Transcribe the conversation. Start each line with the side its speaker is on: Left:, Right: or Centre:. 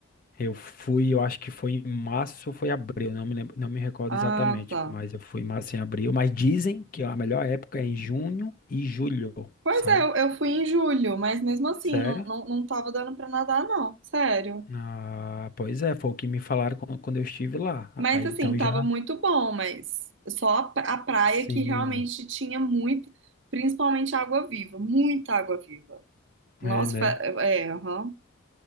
Left: Eu fui, eu acho que foi em março ou foi abril, não me lembro, não me recordo
Right: Ah,
Left: exatamente,
Right: tá.
Left: mas eu fui em março e em abril. Mas dizem que a melhor época é em junho e julho,
Right: Pois
Left: sabe?
Right: é, eu, eu fui em julho, mas mesmo assim,
Left: Sério?
Right: não, não, não tava dando pra nadar, não, sério.
Left: Ah, pois é, foi o que me falaram quan- quando eu estive lá.
Right: Mas
Left: Aí
Right: assim,
Left: então
Right: tava
Left: já.
Right: muito bom, mas só a pra- a praia
Left: Sim.
Right: que realmente tinha muito, principalmente água viva, muita água viva. Nossa,
Left: É, né?
Right: fa- é, aham,